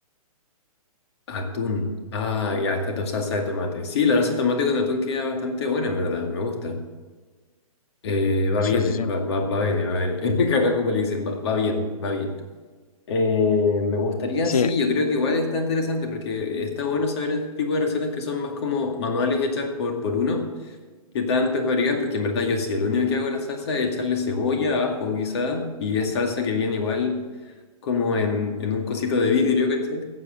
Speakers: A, on the left; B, on the left.
A: Atún. Ah, ya, esta to- salsa de tomate. Sí, la salsa de tomate con atún queda bastante buena, en verdad. Me gusta. Eh, va
B: Sí,
A: bien,
B: sí,
A: eh,
B: sí.
A: va, va, va bien, eh, va bien. <laughs> eh. Acá como le dicen, va, va bien, va bien. Eh, me gustaría,
B: Sí,
A: sí, yo creo que igual está interesante porque está bueno saber el tipo de recetas que son más como manuales hechas por, por uno que tan prefabricadas, porque en verdad yo sí, el único que hago la salsa es echarle cebolla, ajo quizá, y es salsa que viene igual como en, en un cosito de vidrio, ¿cachai?